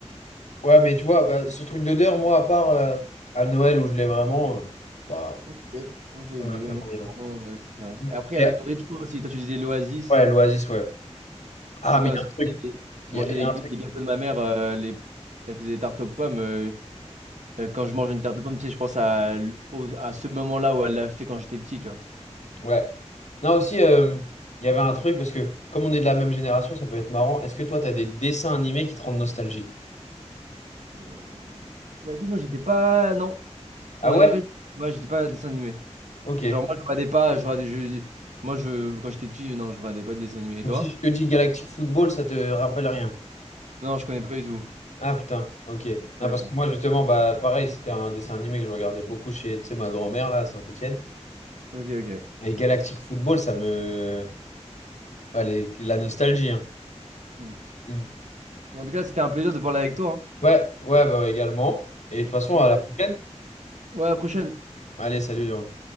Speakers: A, on the left; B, on the right.
A: Ouais, mais tu vois, bah, ce truc d'odeur, moi, à part euh, à Noël où je l'ai vraiment, euh, bah,
B: Ok, ok, ok. ouais,
A: ça me l'a
B: moi,
A: fait moyen.
B: c'est vraiment- ouais, c'est ça.
A: Mm.
B: Et après,
A: Yeah.
B: il y a la nourriture aussi. Toi, tu disais l'oasis.
A: Ouais, l'Oasis, ouais. Ah,
B: Moi, quand
A: mais il y a un
B: c'était-
A: truc.
B: je
A: Il
B: mangeais
A: y a, il
B: les,
A: y a un
B: les
A: truc.
B: gâteaux de ma mère, euh, les... elle faisait des tartes aux pommes. euh, euh, quand je mange une tarte aux pommes, tu sais, je pense à, l- au- à ce moment-là où elle l'a fait quand j'étais petit, tu vois.
A: Ouais. Non, aussi, euh, il y avait un truc, parce que comme on est de la même génération, ça peut être marrant. Est-ce que toi, t'as des dessins animés qui te rendent nostalgique?
B: Oh. Bah écoute, moi, j'étais pas. Non, pour
A: Ah
B: un
A: ouais?
B: degré, moi, j'étais pas dessin animé.
A: Ok.
B: Genre, moi, je regardais pas. Je regardais, je... Moi, je... quand j'étais petit, non, je regardais pas de dessin animé. Et
A: Donc
B: toi?
A: si je te dis Galactic Football, ça te rappelle rien.
B: Non, je connais pas du tout.
A: Ah putain, ok.
B: Pas
A: Ah, parce
B: du tout.
A: que moi, justement, bah, pareil, c'était un dessin animé que je regardais beaucoup chez, tu sais, ma grand-mère, là, à Saint-Étienne.
B: Ok, ok.
A: Et Galactic
B: Ça-
A: Football, ça me... ouais, les- la nostalgie, hein.
B: hmm.
A: Mm.
B: Mais En tout cas, c'était un plaisir de parler avec toi.
A: Ouais, ouais, bah ouais, également. Et de toute façon,
B: hein.
A: à
B: Ouais.
A: la prochaine.
B: Ouais, à la prochaine.
A: Allez, salut Léon.